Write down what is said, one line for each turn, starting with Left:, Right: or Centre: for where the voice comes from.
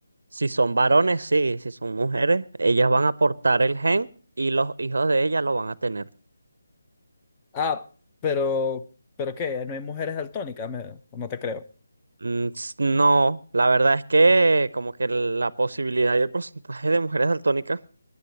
Right: si son varones, sí, si son mujeres, ellas van a portar el gen y los hijos de ellas lo van a tener.
Left: Ah, pero, ¿pero qué? ¿No hay mujeres daltónicas? Me- no te creo.
Right: Mm, s- No, la verdad es que como que la posibilidad y el <laughs> porcentaje de mujeres daltónicas